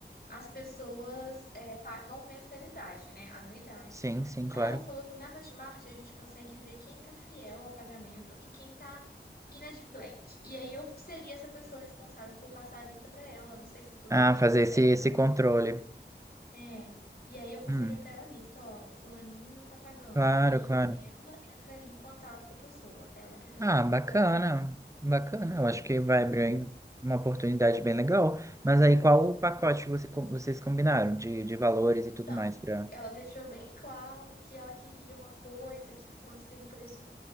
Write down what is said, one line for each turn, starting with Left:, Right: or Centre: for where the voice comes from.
Left: as pessoas é, pagam mensalidade, né? Anuidade.
Right: sim, sim, claro.
Left: Aí ela falou que na Hotmart a gente consegue ver quem tá fiel ao pagamento e quem tá inadimplente. E aí eu seria essa pessoa responsável por passar a lista pra ela. Não sei se é todo
Right: Ah,
Left: mês,
Right: fazer
Left: não sei
Right: esse, esse
Left: a frequência.
Right: controle.
Left: É, e aí eu passaria
Right: Hum,
Left: pra ela a lista, ó, fulaninho não tá pagando.
Right: claro,
Left: E aí
Right: claro.
Left: ela entraria em contato com a pessoa, ela que é a pessoa
Right: Ah,
Left: responsável
Right: bacana,
Left: por entregar.
Right: bacana. Eu acho que vai abrir uma oportunidade bem legal. Mas aí, qual o pacote que você, com- vocês combinaram de, de valores
Left: Então,
Right: e tudo mais para...
Left: ela deixou bem claro que ela queria uma coisa que fosse um preço